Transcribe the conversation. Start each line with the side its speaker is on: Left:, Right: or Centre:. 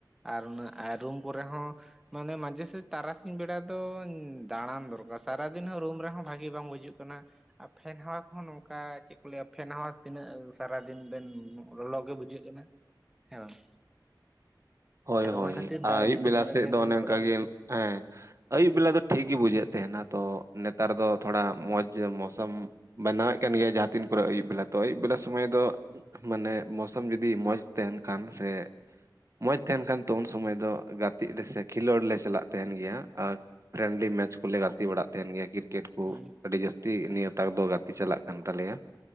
Centre: ᱟᱨ ᱩᱱᱟᱹᱜ ᱚᱱᱟᱜ ᱨᱩᱢ ᱠᱚᱨᱮ ᱦᱚᱸ ᱢᱟᱱᱮ ᱢᱟᱡᱷᱮ ᱥᱮᱡᱷ ᱛᱟᱨᱟᱥᱤᱧ ᱵᱮᱲᱟ ᱫᱚ ᱫᱟᱬᱟᱱ ᱫᱚᱨᱠᱟᱨ ᱥᱟᱨᱟ ᱫᱤᱱ ᱦᱚᱸ ᱨᱩᱢ ᱨᱮᱦᱚᱸ ᱵᱷᱟᱜᱤ ᱵᱟᱝ ᱵᱩᱡᱩᱜ ᱠᱟᱱᱟ᱾ ᱟᱨ ᱯᱷᱮᱱ ᱦᱟᱣᱟ ᱠᱚᱦᱚᱸ ᱱᱚᱝᱠᱟ, ᱪᱮᱫ ᱠᱚ ᱞᱟᱹᱭ ᱟ ᱯᱷᱮᱱ ᱦᱟᱣᱟ ᱛᱤᱱᱟᱹᱜ ᱥᱟᱨᱟ ᱫᱤᱱ ᱵᱮᱱ ᱞᱚᱞᱚ ᱜᱮ ᱵᱩᱡᱷᱟᱹᱜ ᱠᱟᱱᱟ ᱦᱮᱸ ᱵᱟᱝ
Right: ᱦᱳᱭ
Centre: ᱟᱫᱚ
Right: ᱦᱳᱭ
Centre: ᱚᱱᱟ ᱠᱷᱟᱹᱛᱤᱨ
Right: ᱟᱹᱭᱩᱵ
Centre: ᱫᱟᱨᱮ ᱵᱩᱴᱟᱹ
Right: ᱵᱮᱞᱟ
Centre: ᱠᱚᱨᱮ
Right: ᱥᱮᱫ
Centre: ᱜᱮ
Right: ᱫᱚ
Centre: ᱫᱩᱲᱩᱵ
Right: ᱚᱱᱮ ᱚᱱᱠᱟᱜ
Centre: ᱵᱟᱲᱟ ᱦᱩᱭ
Right: ᱜᱮ
Centre: ᱠᱟᱱᱟ
Right: ᱦᱮᱸ ᱟᱹᱭᱩᱵ ᱵᱮᱞᱟ ᱫᱚ ᱴᱷᱤᱠ ᱜᱮ ᱵᱩᱡᱷᱟᱹᱜ ᱛᱟᱦᱮᱱᱟ ᱛᱚ ᱱᱮᱛᱟᱨ ᱫᱚ ᱛᱷᱚᱲᱟ ᱢᱚᱡᱽ ᱢᱳᱥᱚᱢ ᱵᱮᱱᱟᱣᱮᱫ ᱠᱟᱱ ᱜᱮᱭᱟᱭ ᱡᱟᱦᱟᱸ ᱛᱤᱱ ᱠᱚᱨᱮᱜ ᱟᱹᱭᱩᱵ ᱵᱮᱞᱟ ᱛᱚ ᱟᱹᱭᱩᱵ ᱵᱮᱞᱟ ᱥᱚᱢᱚᱭ ᱫᱚ ᱢᱟᱱᱮ ᱢᱳᱥᱚᱢ ᱡᱩᱫᱤ ᱢᱚᱸᱡᱽ ᱛᱟᱦᱮᱱ ᱠᱷᱟᱱ ᱥᱮ ᱢᱚᱸᱡᱽ ᱛᱟᱦᱮᱱ ᱠᱷᱟᱱ ᱛᱚ ᱩᱱ ᱥᱚᱢᱚᱭ ᱫᱚ ᱜᱟᱛᱮ ᱞᱮᱥᱮ ᱠᱷᱮᱞᱳᱰ ᱞᱮ ᱪᱟᱞᱟᱜ ᱛᱟᱦᱮᱱ ᱜᱮᱭᱟ ᱟᱨ ᱯᱷᱨᱮᱱᱰᱞᱤ ᱢᱮᱪ ᱠᱚᱞᱮ ᱜᱟᱛᱮ ᱵᱟᱲᱟᱜ ᱛᱟᱦᱮᱱ ᱜᱮᱭᱟ ᱠᱨᱤᱠᱮᱴ ᱠᱚ
Centre: ᱦᱮᱸ
Right: ᱟᱹᱰᱤ ᱡᱟᱹᱥᱛᱤ ᱱᱤᱭᱟᱹ ᱛᱟᱠ ᱫᱚ ᱜᱟᱛᱮ ᱪᱟᱞᱟᱜ ᱠᱟᱱ ᱛᱟᱞᱮᱭᱟ